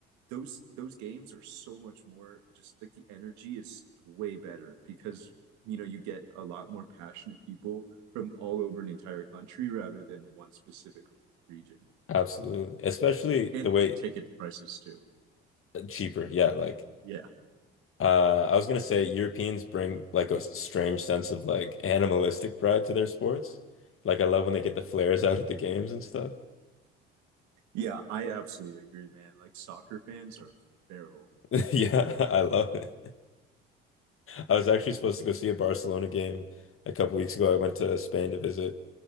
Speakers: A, on the right (about 70°); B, on the left (about 45°).
A: those those games are so much more just like the energy is way better because you know you get a lot more passionate people from all over an entire country rather than one specific region
B: absolutely. Especially
A: and
B: the way
A: ticket prices too
B: cheaper. Yeah, like
A: yeah
B: uh I was gonna say Europeans bring like a strange sense of like animalistic pride to their sports. Like I love when they get the flares out at the games and stuff.
A: yeah i absolutely agree man like soccer fans are feral
B: <laughs> Yeah, I love it. I was actually supposed to go see a Barcelona game a couple weeks ago. I went to Spain to visit,